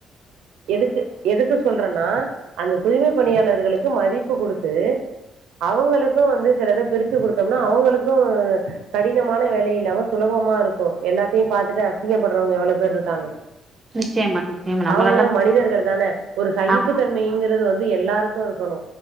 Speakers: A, on the right (about 85°); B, on the right (about 30°).
A: எதுக்கு எதுக்கு சொல்றேன்னா அந்த தூய்மைப் பணியாளர்களுக்கு மதிப்பு கொடுத்து அவங்களுக்கு வந்து சிலதை பிரிச்சு கொடுத்தோம்னா அவங்களுக்கு கடினமான வேலை இல்லாம சுலபமா இருக்கு எல்லாத்தையு பாரத்துட்டு அசிங்கப்படுறவங்க எவ்வளொ பேர் இருக்காங்க
B: நிச்சயமா நிச்சயமா நம்மளால
A: அவங்களு மனிதர்கள் தானே ஒரு சகிப்பு
B: ஆ
A: தன்மைங்கிறது வந்து எல்லாருக்கு இருக்கு க்கும்